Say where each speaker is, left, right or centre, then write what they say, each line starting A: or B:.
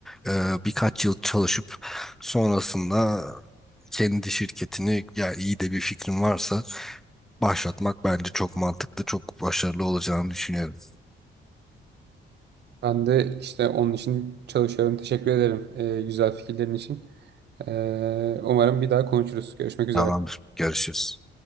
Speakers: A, in the centre; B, on the right (about 60°).
A: eee, birkaç yıl çalışıp sonrasında kendi şirketini ya iyi de bir fikrin varsa başlatmak bence çok mantıklı, çok başarılı olacağını düşünüyorum.
B: Ben de işte onun için çalışıyorum. Teşekkür ederim e, güzel fikirlerin için. Ee, umarım bir daha konuşuruz. Görüşmek üzere.
A: Tamamdır. Görüşürüz.